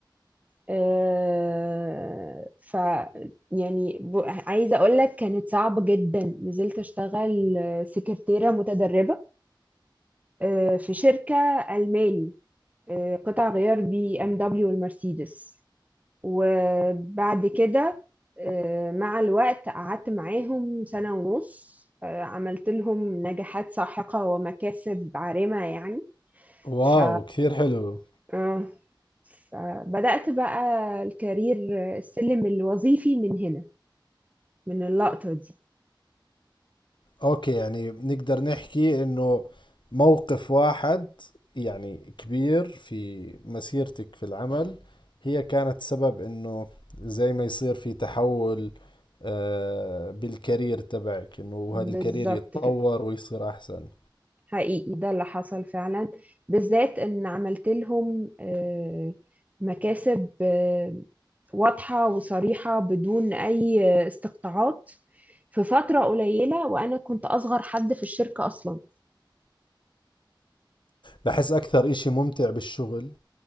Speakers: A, on the right (about 20°); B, on the left (about 70°).
A: آه، ف يعني ب- عايزة اقول لك كانت صعبة جدا نزلت اشتغل آه، سكرتيرة متدربة آه، في شركة ألماني آه، قطع غيار بي ام دبليو والمرسيدس وبعد كده آه، مع الوقت قعدت معاهم سنة ونص آه، عملت لهم نجاحات ساحقة ومكاسب عارمة يعني
B: واو
A: ف
B: كثير حلو
A: آه. فبدأت بقى الكارير السلم الوظيفي من هنا من اللقطة دي
B: اوكي يعني نقدر نحكي انه موقف واحد يعني كبير في مسيرتك في العمل هي كانت سبب انه زي ما يصير في تحول آه، بالكارير تبعك انه
A: بالظبط
B: هذا الكارير يتطور
A: كده
B: ويصير احسن
A: حقيقي ده اللي حصل فعلا بالذات ان عملت لهم آه، مكاسب آه، واضحة وصريحة بدون اي آه، استقطاعات في فترة قليلة وانا كنت اصغر حد في الشركة اصلا
B: بحس اكثر اشي ممتع بالشغل